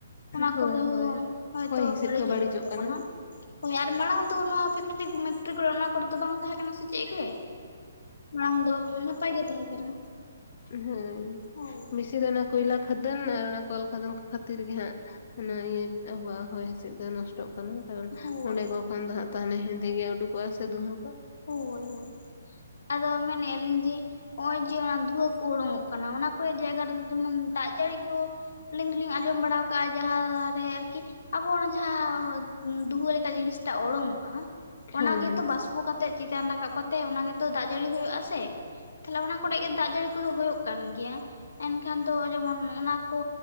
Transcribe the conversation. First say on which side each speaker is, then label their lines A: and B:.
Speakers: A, on the left (about 75°); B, on the left (about 40°).
A: ᱚᱱᱟ
B: ᱦᱳᱭ
A: ᱠᱚᱫᱚ
B: ᱦᱳᱭ
A: ᱦᱳᱭᱛᱳ
B: ᱦᱚᱭ ᱦᱤᱸᱥᱤᱫ
A: ᱵᱟᱹᱲᱤᱡᱚᱜ
B: ᱠᱚ
A: ᱠᱟᱱ ᱛᱟᱵᱚᱱᱟ
B: ᱠᱟᱱᱟ
A: ᱦᱳᱭ ᱟᱨ ᱢᱟᱲᱟᱝ ᱫᱚ ᱱᱚᱣᱟ ᱴᱨᱤᱠ ᱢᱮᱴᱨᱤᱠ ᱠᱚ ᱚᱱᱟ ᱠᱚᱨᱮ ᱫᱚ ᱵᱟᱝ ᱛᱟᱦᱮᱸ ᱠᱟᱱᱟ ᱥᱮ ᱪᱮᱫ ᱜᱮ ᱢᱟᱲᱟᱝ ᱫᱚ ᱱᱟᱯᱟᱭ ᱜᱮ ᱛᱟᱦᱮᱸ ᱠᱟᱱᱟ
B: ᱦᱳᱭ
A: ᱦᱳᱭ
B: ᱵᱤᱥᱤ ᱫᱚ ᱚᱱᱟ ᱠᱚᱭᱞᱟ ᱠᱷᱟᱫᱟᱱ ᱟᱨ ᱚᱱᱟ ᱠᱚᱞ ᱠᱷᱟᱫᱟᱱ ᱠᱚ ᱠᱷᱟᱹᱛᱤᱨ ᱜᱮ ᱦᱟᱸᱜ <unintelligible> ᱤᱭᱟᱹ ᱟᱵᱚᱣᱟᱜ ᱦᱚᱭ ᱦᱤᱥᱤᱫ ᱫᱚ ᱱᱚᱥᱴᱚᱜ ᱠᱟᱱᱟ ᱠᱟᱨᱚᱱ
A: ᱦᱳᱭ
B: ᱚᱸᱰᱮ ᱠᱚ ᱠᱷᱚᱱ ᱫᱚ ᱦᱟᱸᱜ ᱛᱟᱦᱚᱞᱮ ᱦᱮᱸᱫᱮ ᱜᱮ ᱩᱰᱩᱠᱚᱜᱼᱟ ᱥᱮ ᱫᱩᱸᱦᱟᱹ
A: ᱦᱳᱭ ᱦᱳᱭ ᱟᱫᱚ ᱢᱮᱱᱮᱫᱼᱟ ᱞᱤᱧ ᱡᱮ ᱱᱚᱜ ᱚᱚᱭ ᱡᱮ ᱚᱱᱟ ᱫᱷᱩᱣᱟᱹ ᱠᱚ ᱩᱰᱩᱠᱚᱜ ᱠᱟᱱᱟ ᱚᱱᱟ ᱠᱚᱨᱮ ᱡᱟᱭᱜᱟ ᱨᱮᱫᱚ ᱡᱮᱢᱚᱱ ᱫᱟᱜ ᱡᱟᱹᱲᱤ ᱠᱚ ᱟᱹᱞᱤᱧ ᱫᱚᱞᱤᱧ ᱟᱸᱡᱚᱢ ᱵᱟᱲᱟᱣ ᱠᱟᱜᱼᱟ ᱡᱟᱦᱟᱸ ᱨᱮ ᱟᱨᱠᱤ ᱟᱵᱚ ᱚᱱᱟ ᱡᱟᱦᱟᱸ ᱫᱩᱦᱟᱹ ᱞᱮᱠᱟ ᱡᱤᱱᱤᱥᱴᱟᱜ ᱳᱰᱳᱝᱚᱜᱼᱟ ᱚᱱᱟ
B: ᱦᱳᱭ
A: ᱜᱮᱛᱚ
B: ᱦᱳᱭ
A: ᱵᱟᱥᱯᱚ ᱠᱟᱛᱮ <unintelligible> ᱪᱮᱛᱟᱱ ᱨᱟᱠᱟᱵ ᱠᱟᱛᱮ ᱚᱱᱟᱜᱮᱛᱚ ᱫᱟᱜ ᱡᱟᱹᱲᱤ ᱦᱩᱭᱩᱜᱼᱟ ᱥᱮ ᱛᱟᱦᱚᱞᱮ ᱚᱱᱟ ᱠᱚᱨᱮ ᱜᱮ ᱫᱟᱜ ᱡᱟᱹᱲᱤ ᱠᱚᱫᱚ ᱦᱩᱭᱩᱜ ᱠᱟᱱ ᱜᱮᱭᱟ ᱮᱱᱠᱷᱟᱱ ᱫᱚ ᱡᱮᱢᱚᱱ ᱚᱱᱟ ᱠᱚ